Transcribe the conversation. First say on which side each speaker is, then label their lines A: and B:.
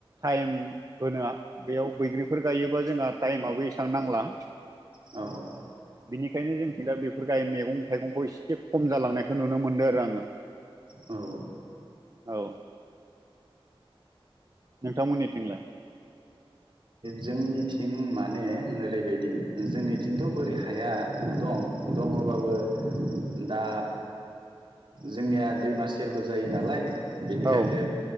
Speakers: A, on the right; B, on the right.
A: टाइम होना बेयाव बैग्रिफोर गायोबा जोंहा टाइमाबो एसेबां नांला
B: औ औ
A: बिनिखायनो जोंथिं दा बेफोर गाय मैगं थाइगंखौ एसे खम जालांनायखौ नुनो मोनदों आरो आंङो
B: औ
A: औ नोंथांमोननिथिंलाय
B: जोंनिथिं माने ओरैबायदि जोंनिथिंथ' बोरि हाया दं दंङबाबो दा जोंनिया दैमा सेरबो जायो नालाय बेनिखायनो
A: औ